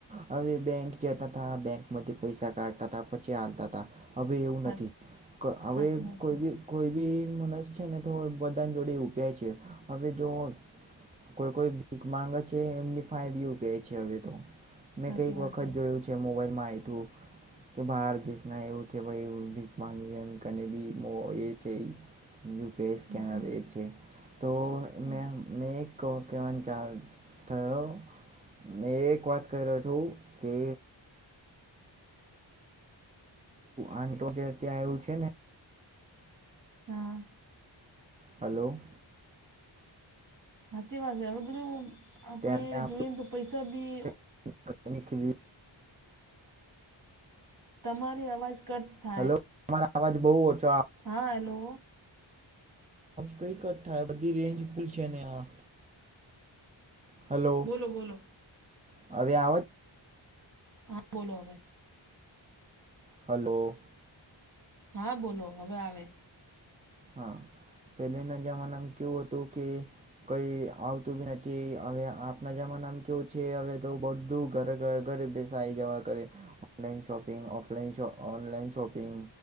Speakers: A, on the right (about 15°); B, on the right (about 40°).
A: હવે બેંક જ હતા, બેંક મધ પૈસા કઢતા હતા પછી હાલતા હતા. હવે એવું
B: હા
A: નથી ક હણે
B: સાચી વાત
A: કોઈ
B: છે
A: બી કોઈ બી મનસ છે ને તો બધા જોડે ઉભે છે. હવે જો કોઈ કોઈ ભીખ માંગ છે એમની ફઇવ <unintelligible> છે હવે તો, મેં
B: સાચી
A: કઈક
B: વાત
A: વખત જોયું છે મોબાઈલમાં આઇ તું કે બહાર દેશ ના એવું છે ભ ભીખ માંગી બી એ છે. યુપીઆઈ સ્કેનર
B: સાચી
A: એ છે. તો
B: વાત
A: મે કેવાન ચાલ થયો મેં એક વાત કર્યો છું કે આપડું આ જે ત્યાં આવું છે ને
B: હા.
A: હલો.
B: સાચી વાત છે હવે બધું આપણે
A: ત્યારે ત્યાં
B: જોઈએ ને તો પૈસા બી
A: <unintelligible>
B: તમારી અવાજ <unintelligible>
A: હલો <inaudible> અવાજ બહુ ઓછો
B: હા હેલો
A: કઈ ક થાય બધી રેન્જ ભૂલ છે ને હા. હલો,
B: બોલો બોલો
A: અવે આ
B: હા બોલો હવે.
A: હલો.
B: હા બોલો હવે આવે.
A: હા પેલે ના જમાનામાં કેવું હતું કે કઈ આવતું બી નથી હવે આપના જમાનામ કેવું છે હવે તો બધું ઘરે ઘ ઘરે બેસ <unintelligible> જવા કરે. Online shopping, offline shop, online shopping